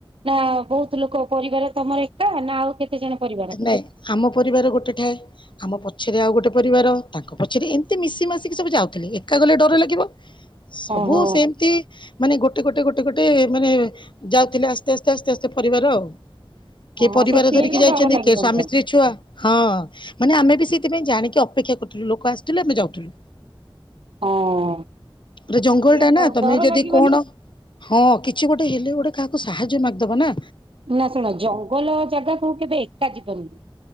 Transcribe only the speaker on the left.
ନାଇଁ ଆମ ପରିବାର ଗୋଟେ ଠାଏ ଆମ ପଛରେ ଆଉ ଗୋଟେ ପରିବାର। ତାଙ୍କ ପଛରେ ଏମିତି ମିଶି ମାସିକି ସବୁ ଯାଉଥିଲି ଏକା ଗଲେ ଡର ଲାଗିବ। ସବୁ
ସେମତି। ମାନେ ଗୋଟେ ଗୋଟେ ଗୋଟେ ଗୋଟେ ମାନେ ଯାଉଥିଲେ ଆସ୍ତେ ଆସ୍ତେ ଆସ୍ତେ ଆସ୍ତେ ପରିବାର ଆଉ।
ପରିବାର
ଧରିକି
ଯାଇଛନ୍ତି
କି ସ୍ୱାମୀ
ସ୍ତ୍ରୀ ଛୁଆ। ହଁ ମାନେ ଆମେ ବି ସେଇଥିପାଇଁ ଜାଣିକି ଅପେକ୍ଷା କରୁଥିଲୁ ଲୋକ ଆସୁଥିଲେ ଆମେ ଯାଉଥିଲୁ।
ଗୋଟେ ଜଙ୍ଗଲ ଟା
ନା ତମେ
ଯଦି
କଣ ହଁ କିଛି ଗୋଟେ ହେଲେ ଗୋଟେ କାହାକୁ ସାହାଯ୍ୟ ମାଗିଦବ ନା।